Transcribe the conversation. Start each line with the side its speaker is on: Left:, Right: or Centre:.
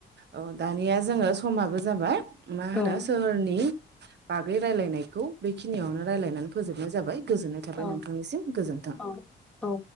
Right: औ। दा निया जोङो समाबो जाबाय मा होनो
Centre: औ
Right: सोहोरनि बागै रायलायनायखौ बेखिनियावनो रायलायनानै फोजोबनाय जाबाय। गोजोननाय थाबाय
Centre: औ
Right: नोंथांनिसिम गोजोनथों।
Centre: औ औ